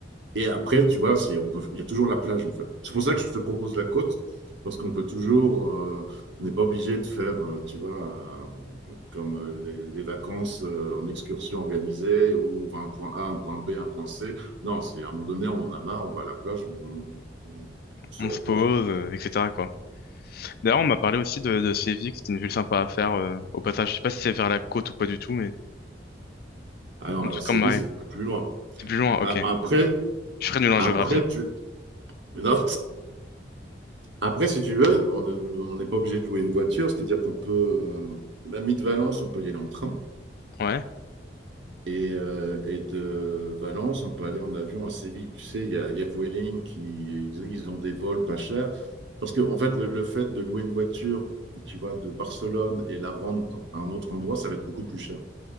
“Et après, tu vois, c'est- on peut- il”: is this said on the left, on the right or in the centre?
Right